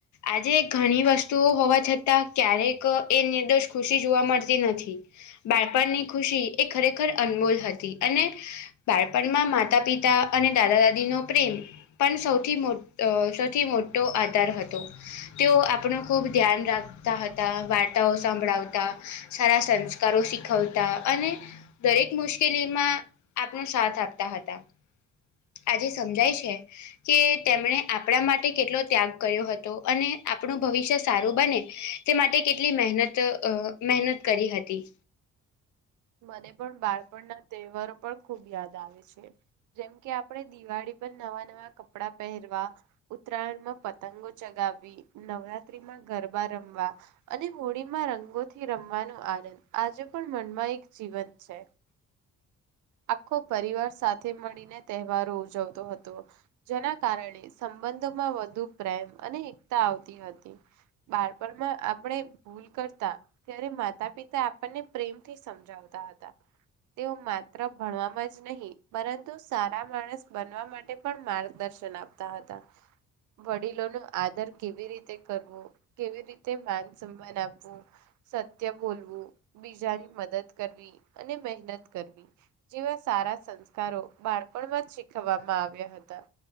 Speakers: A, on the left; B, on the right.
A: આજે ઘણી વસ્તુઓ હોવા છતાં ક્યારેક એ નિર્દોષ ખુશી જોવા મળતી નથી. બાળપણની ખુશી એ ખરેખર અનમોલ હતી. અને બાળપણમાં માતા-પિતા અને દાદા-દાદી નો પ્રેમ પણ સૌથી મો સૌથી મોટો આધાર હતો. તેઓ આપણું ખુબ ધ્યાન રાખતા હતા. વાર્તાઓ સંંભળાવતા સારા સંસ્કારો શીખવતા અને દરેક મુશ્કેલીમાં આપનો સાથ આપતા હતા. આજે સમજાય છે કે તેમણે આપણા માટે કેટલો ત્યાગ કર્યો હતો અને આપણું ભવિષ્ય સારું બને તે માટે કેટલી મહેનત અ મહેનત કરી હતી.
B: મને પણ બાળપણના તહેવારો પણ ખુબ યાદ આવે છે. જેમ કે આપડે દિવાળી પર નવા નવા કપડા પહેરવા ઉત્તરાયણમાં પતંગો ચગાવવી, નવરાત્રીમાં ગરબા રમવા અને હોળીમાં રંગોથી રમવાનો આનંદ આજે પણ મનમાં એક જીવંત છે. આખો પરિવાર સાથે મળીને તહેવારો ઉજવતો હતો. જેના કારણે સંબંધોમાં વધુ પ્રેમ અને એકતા આવતી હતી. બાળપણમાં આપણે ભૂલ કરતા ત્યારે માતા-પિતા આપણને પ્રેમ થી સમજાવતા હતા. તેઓ માત્ર ભણવામાં જ નહીં પરંતુ સારા માણસ બનવા માટે પણ માર્ગદર્શન આપતા હતા. વડીલો નું આદર કેવી રીતે કરવું, કેવી રીતે માન સન્માન આપવું, સત્ય બોલવું, બીજાની મદદ કરવી અને મહેનત કરવી જેવા સારા સંસ્કારો બાળપણમાં જ શીખવામાં આવ્યા હતા.